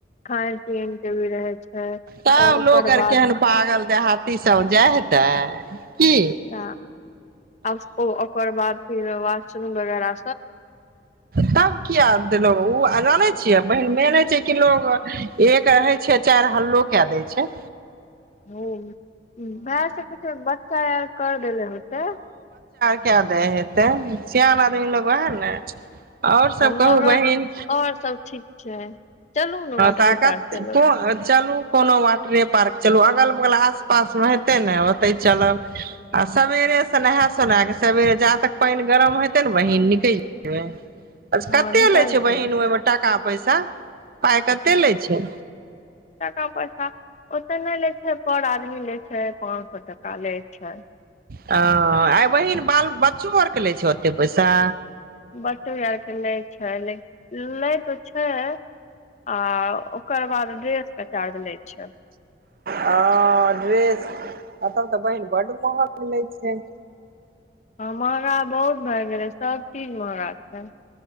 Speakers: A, on the left; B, on the right.
A: खान पीन के भी रहे छै
B: तब
A: ओ ओकर
B: लोग आर
A: बाद
B: केहन पागल देहाती सभ जाय हेतै की
A: तऽ आउसको ओकर बाद फिर वाशरूम वगैरा
B: तब कीया देलौं ओ आ जानै छियै बहिन मेन होइ छैइ कि लोग एक रहै छैइ चार हल्लो कए दै छैइ
A: हूं भए सकैछइ बच्चा आर कर देेले होतै
B: कय दै हेतै सियान आदमी लोग वहे ना ओर सब
A: मगर
B: कहु बहिन
A: और सब ठीक छै चलू ने वाटरे
B: तऽ
A: पार्क चलब
B: चलु कोनो वाटरे पार्क चलु गल बला <unintelligible> पास मे हेतै ने ओतै चलब आ सेबरे से नहा सोना क सबेरे जहाँ तक पानि गरम हेतै न बहीन निकल जेबै
A: हँ
B: कत्ते
A: निकलतियै
B: लै छैइ बहीन ओहिमे टाका पैसा पाइ कते लै छैइ
A: टाका पैसा ओते नई लै पर आदमी लै छैय पाँच सए टका लै छैय
B: ह आइ बहिन बाल बच्चो आरके लै छै ओते पैसा
A: बच्चो आरके नहि छै नहि तो छै आ ओकर बाद ड्रेस के चार्ज लै छै
B: ह ड्रेस एतब तऽ बहिन बड महग मिलै छै
A: हँ महँगा बहुत भए गेलै सभचीज महँगा छै